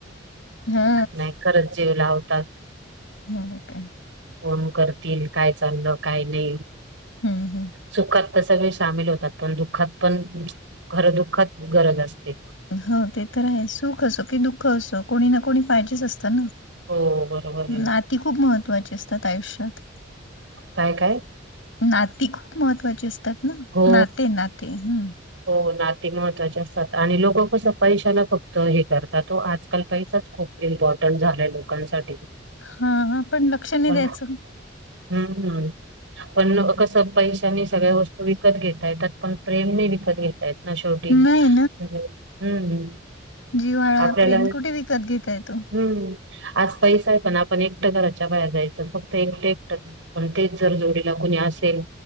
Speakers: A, on the left; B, on the right.
A: हा
B: नाही. खरंच जीव लावतात.
A: ह ओके
B: फोन करतील काय चाललं काय नाही.
A: हम् हम्
B: सुखात तर सगळे सामील होतात पण दुःखात पण खरं दुःखात गरज असते.
A: हो ते तर आहे सुख असो की दुःख असो कोणी ना कोणी पाहिजेच असतं ना.
B: हो बरोबर आहे.
A: नाती खूप महत्वाची असतात आयुष्यात.
B: काय काय.
A: नाती खूप महत्त्वाची असतात ना
B: हो
A: नाते नाते हम्म.
B: हो नाते महत्वाचे असतात आणि लोकं कसं पैशाला फक्त हे करतात. तो आजकाल पैसाच खूप इम्पॉर्टंट झालाय लोकांसाठी.
A: हा हा पण लक्ष नाही
B: पण
A: द्यायचं.
B: हम्म हम् पण कसं पैशानी सगळ्या वस्तू विकत घेतायेतात पण प्रेम नाही विक विकत घेता येत ना शेवटी
A: नाही
B: हम्म
A: जीव्हाळा
B: आपल्याला
A: प्रेम कुठे विकत घेता येतो.
B: हम्म आज पैसा ये पण आपण एकटं घराच्या बाहेर जायचं फक्त एकटं एकटंच. पण तेच जर जोडीला कुणी असेल